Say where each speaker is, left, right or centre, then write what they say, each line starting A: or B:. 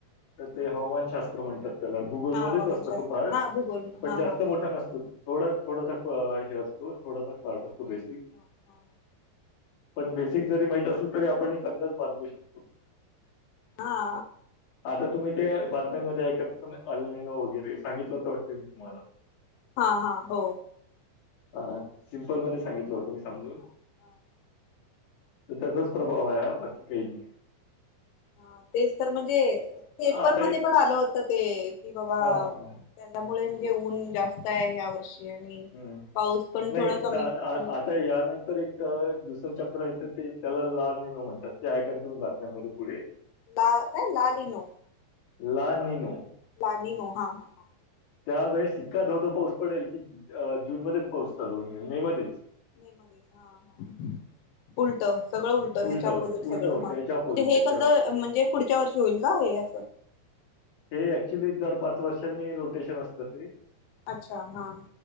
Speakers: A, on the left; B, on the left.
A: तर ते
B: ह ह
A: हवामान शास्त्र म्हणतात त्याला गुगलमध्येच
B: हा हवामानशास्त्र
A: असतो तो पार्ट
B: हा भूगोल
A: पण
B: हा
A: जास्त
B: हा बरोबर
A: मोठा नसतो थोडा थोडासा हे असतो थोडा त पार्टसतो
B: हा
A: बेसिक.
B: हा हा
A: पण बेसिक जरी माहीत असेल तरी आपण एक अंदाच बांधू शकतो.
B: हा.
A: आता तुम्ही ते बातम्यांमध्ये ऐका तस अल नन वगैरे सांगितलं होत वाटतं मी तुम्हाला.
B: हा हा हो.
A: हा सिम्पल मध्ये सांगितलं होतं मी समजून.
B: हा हा
A: त तचाच प्रभाव आया बाकी काही नाही आहेै.
B: हा तेच तर म्हणजे पेपर
A: आता
B: मध्ये
A: एक
B: पण आलं होतं ते कि बाबा
A: हां,
B: त्याच्यामुळे
A: हां.
B: म्हणजे ऊन जास्त आहे ह्या वर्षी. आणि
A: हम्.
B: पाऊस पण
A: नाही
B: थोडा कमी कमी
A: आता यानंतर एक दुसरं चक्र येतं ते त्याला लाल आणि न म्हणतात ते ऐका तुम्ही बातम्यांमध्ये पुढे.
B: ला काय लालनो..
A: ला निनु.
B: लेनिनु हा हा हा.
A: त्यावेेळेस ईतका धोधो पाऊस पडेल की जून मध्येच पाऊस चालू मे मध्येच
B: म मध्येच हा हा. उलट सगळं उलट ह्याच्या
A: उलटा
B: अपोजिट
A: उलटा उलट
B: सगळं
A: उलटा उलट
B: हा
A: याच्या
B: म्हणजे
A: अपोझिट
B: हे
A: याच्या
B: कसं
A: अपोझिट.
B: म्हणजे पुढच्या वर्षी होईल का हे. चाल
A: हे ऍक्च्युली दर पाच वर्षांनी रोटेशन असतं ते.
B: अच्छा हा.